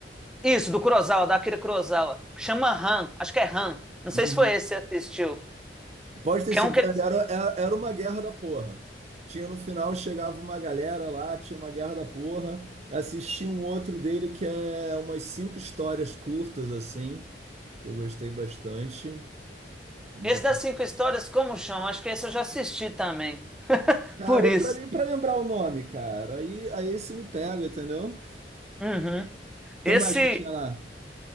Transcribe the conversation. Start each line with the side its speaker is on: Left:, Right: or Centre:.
Centre: isso, do Kurosawa, da Akira Kurosawa, que chama Han, acho que é Han. Não
Right: Uhum.
Centre: sei se foi esse que você assistiu.
Right: Pode ter
Centre: Que
Right: sido,
Centre: é um que
Right: velho,
Centre: ele...
Right: era, era era uma guerra da porra. Tinha no final, chegava uma galera lá, tinha uma guerra da porra. Assisti um outro dele que é umas cinco histórias curtas, assim, que eu gostei bastante. Mas-
Centre: esse das cinco histórias como chama? Acho que esse eu já assisti também.
Right: Cara,
Centre: Por isso.
Right: e pra, e pra lembrar o nome, cara, aí, aí isso me pega, entendeu? O
Centre: Uhum.
Right: que
Centre: Esse,
Right: mais que tinha lá?